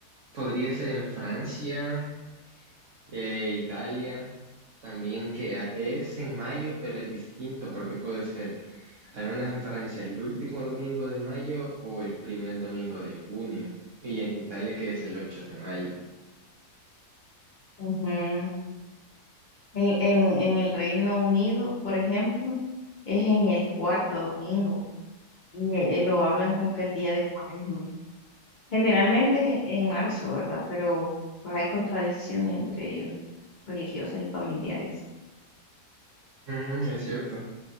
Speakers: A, on the right; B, on the left.
A: podría ser en Francia Eh, Italia también que a- es en mayo, pero es distinto porque puede ser, al menos en Francia, el último domingo de mayo o el primer domingo de junio. Y en Italia que es el 8 de mayo.
B: Ujú. En, en, en el Reino Unido, por ejemplo, es en el cuarto domingo y eh, lo hablan como que el día de Cuaresma. Generalmente en, en marzo, ¿verdad? Pero pues, hay contradicciones entre ellos, religiosas y familiares.
A: Ujú, es cierto.